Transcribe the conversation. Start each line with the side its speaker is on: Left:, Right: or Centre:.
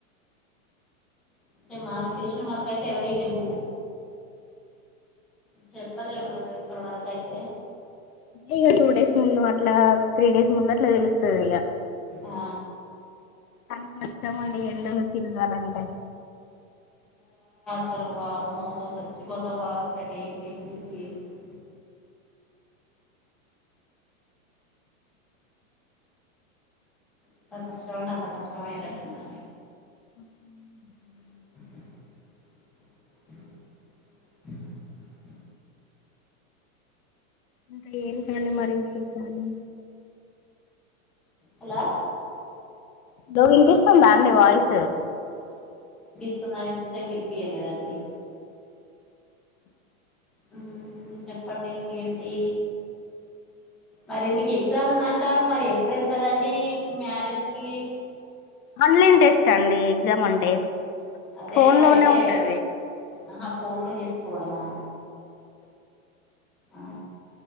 Centre: అంటే మా రిలేషన్ వరకు అయితే ఎవర లేవు చెప్పలేము ఇ ఇప్పటి వరక అయితే
Left: ఇక టూ డేస్ ముందు అట్లా త్రీ డేస్ ముందు అట్లా తెలుస్తుంది ఇక
Centre: ఆ
Left: చాల కష్టమండి ఎండలు తిరగాలంటే
Centre: సారువా అమ్మ స్చ్చిపోసాం కావచ్చ అడి ఏం పెలివి ఏంటి ఎంత కష్టమంట అంత కష్టమ కట్టంద
Left: <unintelligible>
Centre: <inaudible>
Left: అకడ ఏందు క అంత మరి విశేష అదు
Centre: హలో
Left: రో ఇంత ఇస్తుందా అండి వాయిస్
Centre: స్తు ఇసే వినిపిచలేదండి ఆ చెప్పండి ఇంకేంటి మరి మీకు ఎగ్జామ్ ఉందంటారు మరి ఇప్పుడు వెళ్తారండి ఇప్పుడు మ్యారేజ్కి
Left: ఆన్లైన్ టెస్ట్ అండి ఎగ్జామ్ అంటే
Centre: అదే
Left: ఫోన్
Centre: రైటే
Left: లోనే ఉంటది
Centre: ఆహా ఫోన్లు చేసుకోవడమా ఆ